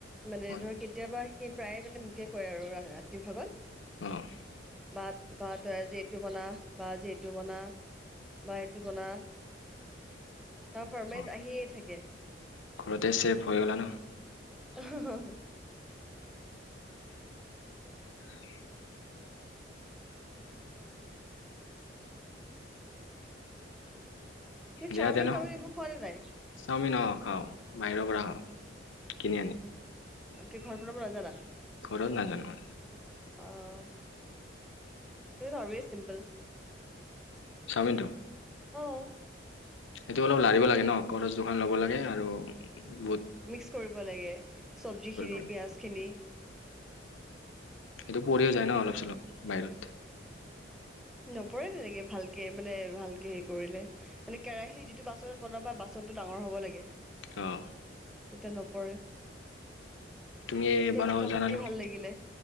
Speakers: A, in the centre; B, on the left.
A: মানে
B: হয়
A: ধৰা তিল কেতিয়াবা, সি প্ৰায়ে মানে মোকে কয় আৰু ৰাতিৰ ভাগত।
B: অঁ--হ।
A: বা, বা তই আজি এইটো বনা। বা, আজি এইটো বনা বা, এইটো বনা। তাৰ ফৰ্মাইছ
B: অ
A: আহিয়েই থাকে।
B: ঘৰতে চেফ্‌ হৈ গলা ন'?
A: অঁহ হঁ হঁ
B: হয়ে
A: কি
B: দিয়া
A: চাওমিন
B: তে ন
A: -তাওমিন এইবোৰ খুৱা নাযায়।
B: চাওমিন অঁ, খাওঁ। বাহিৰৰ পৰা কিনি আনি।
A: অঁ, কি ঘৰ বনাব নাজানা?
B: ঘৰত নাজানোঁ মানে।
A: অঁ সেইটোতো আৰুৱে চিম্পল।
B: চাওমিনটো?
A: অঁ।
B: সেইটো অলপ লাৰিব লাগে ন'? খৰজ দোকান ল'ব লাগে আৰু বহুত
A: মিক্স কৰিব লাগে চব্জিখিনি,
B: লাগে
A: পিঁয়াজখিনি
B: এইটো পৰিও যায় ন'? অলপ চলপ বাহিৰত।
A: নপৰে তেনেকে ভালকে মানে, ভালকে হেৰি কৰিলে। মানে কেৰাহীৰ যিটো বাচনত বনাবা বাচনটো ডাঙৰ হ'ব লাগে।
B: অঁ
A: তেতিয়া নপৰে।
B: তুমি
A: দিয়া
B: বনাব
A: কথা
B: জানা
A: পাতি
B: ন'?
A: ভাল লাগিলে।